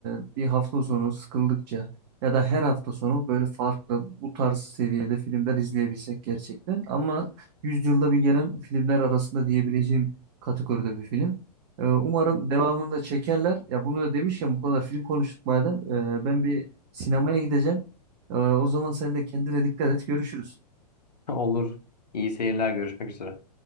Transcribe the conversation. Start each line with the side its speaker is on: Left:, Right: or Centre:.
Right: e, bir hafta sonu sıkıldıkça ya da her hafta sonu böyle farklı bu tarz seviyede filmler izleyebilsek gerçekten. Ama yüzyılda bir gelen filmler arasında diyebileceğim kategoride bir film. Ee, umarım devamını da çekerler. Ya bunu da demişken bu kadar film konuştuk madem. Ee, ben bir sinemaya gideceğim. Ee, o zaman sen de kendine dikkat et. Görüşürüz.
Left: <laughs> Olur. İyi seyirler. Görüşmek üzere.